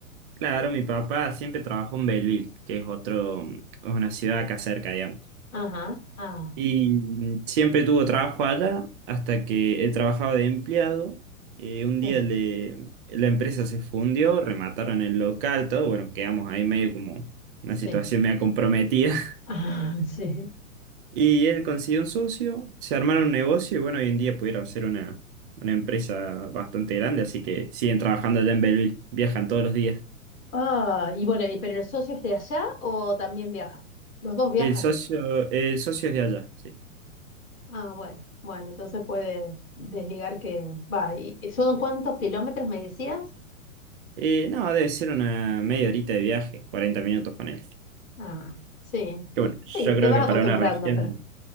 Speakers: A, on the right; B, on the left.
A: Claro, mi papá siempre trabajó en Belleville, que es otro, es una ciudad acá cerca, digamos.
B: Ajá, ah,
A: Y siempre tuvo trabajo allá hasta que él trabajaba de empleado. Eh, un día
B: sí,
A: le- la empresa se fundió, remataron el local, todo. Bueno, quedamos ahí medio como una
B: sí,
A: situación medio comprometida. <laughs>
B: <laughs> ah, sí.
A: Y él consiguió un socio, se armaron un negocio y bueno, hoy en día pudieron hacer una, una empresa bastante grande, así que siguen trabajando allá en Belleville, viajan todos los días.
B: Ah, y bueno, ¿y ¿pero el socio es de allá o también viaja? Los dos viajan.
A: El socio, el socio es de allá, sí.
B: Ah, bueno, bueno, entonces puede desligar que va. ¿Y y son cuántos kilómetros me decías?
A: Eh, no, debe ser una media horita de viaje, 40 minutos con él.
B: Ah, sí,
A: Que bueno,
B: sí,
A: yo creo
B: te vas
A: que para
B: acostumbrando,
A: una región,
B: pero